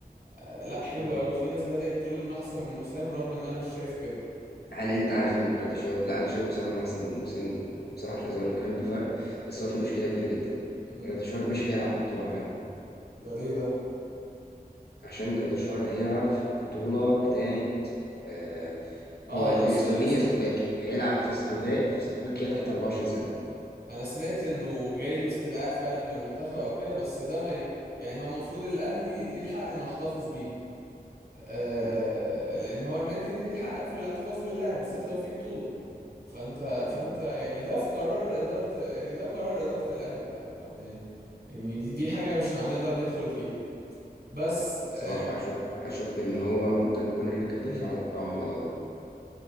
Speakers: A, on the right (about 85°); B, on the left (about 85°).
A: آه، لا حلو
B: م.
A: قوي في ناس بدأت تقول انه احسن من وسام رغم ان انا مش شايف كده
B: هل انت عارف ان جراديشار لا انا شايف بصراحه انه احسن من وسام وبصراحه مش عايز اقول لك كمان بفرق بس هو في مشكله كبيره جدا
A: امم
B: جراديشار مش هيلعب البطوله معانا
A: ده ليه ده
B: عشان جراديشار هيلعب في البطوله بتاعه آه،
A: اه
B: هو يا
A: انا س...
B: سلوفيني
A: انا سمعت
B: يا سلوفاكي هيلعب في سلوفاك في سلوفاكيا تحت 24 سنة
A: انا سمعت انه جاي له استدعاء فعلا من المنتخب او كده بس ده ما ي... يعني هو المفروض الاهلي ليه الحق انه يحتفظ بيه آه...
B: مم.
A: لان هو النادي ليه الحق في الاحتفاظ باللاعب بالذات لو في بطولة فانت فانت
B: مم.
A: يعني ده في قرار إدارة يعني ده قرار إدارة الاهلي بقى انت يعني يعني دي دي حاجة مش هنقدر ندخل فيها بس آه،
B: بصراحة أشك أشك إن هو ممكن نكون إحنا كاتبين
A: انت
B: في العقد طبعا الموضوع ده